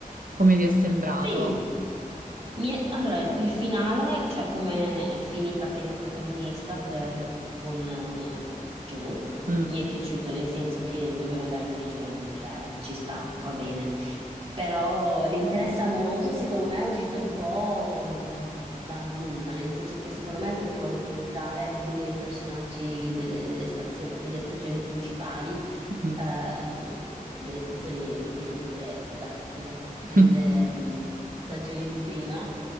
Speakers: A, on the right; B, on the right.
A: come ti è sembrato?
B: Sì. Mi è- Allora, il il finale, cioè come è finita per il protagonista, per- con eh, Joe,
A: Mm.
B: mi è piaciuto nel senso che doveva andare in prigione, cioè ci sta, va bene. Però l'interesse amoroso secondo me è uscito un po' mh, dal nulla, nel senso che secondo me potevano utilizzare alcuni dei personaggi delle, delle stazio- delle stagioni principali
A: Mm.
B: ehm, delle stazioni di prima, delle, ah, scusa, delle
A: <laughs>
B: mh, stagioni di prima